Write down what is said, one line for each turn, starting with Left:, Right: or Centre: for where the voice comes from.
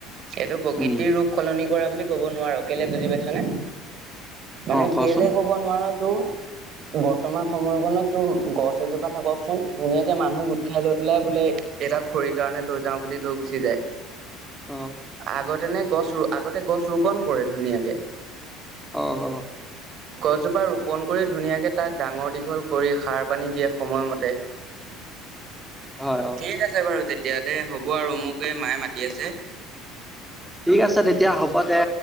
Right: এইটো প্ৰকৃতিৰ
Centre: উম
Right: ৰূপ। সলনি কৰা বুলি ক'ব নোৱাৰ। কে'লে বুজি পাইছনে? মানে,
Centre: অ কচোন
Right: কেলে ক নোৱাৰা তোৰ, বৰ্তমান সময়কনত তোৰ, গছ এজোপা থাককচোন। ধুনীয়াকে মানুহ গোট খাই লৈ পেলাই বোলে এডাল খৰিৰ কাৰণে লৈ যাওঁ বুলি লৈ গুচি যায়।
Centre: অ'।
Right: আগতে নে গছ ৰো আগতে গছ ৰোপন কৰে ধুনীয়াকে।
Centre: অ অ
Right: গছজোপা ৰোপন কৰি ধুনীয়াকে তাক ডাঙৰ দীঘল কৰি সাৰ পানী দিয়ে সময়মতে।
Centre: হয়, হয়।
Right: ঠিক আছে বাৰু তেতিয়া দে হ'ব আৰু মোক এই মায়ে মাতি আছে।
Centre: ঠিক আছে তেতিয়া হ'ব দে।